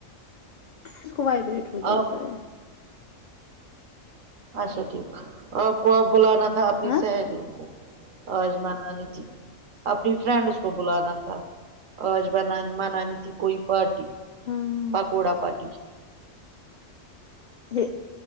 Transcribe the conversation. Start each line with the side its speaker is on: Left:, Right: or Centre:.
Left: اس کو وائبریٹ ہوجاتا
Right: آپ
Left: ہے
Right: اچھا ٹھیک آپ کو اب بلانا تھا اپنی
Left: ہاں
Right: سہیلیوں کو آج منانی تھی اپنی فرینڈس کو بلانا تھا آج بنانی منانی تھی کوئی پارٹی
Left: ہاں
Right: پکوڑا پاٹی
Left: یہ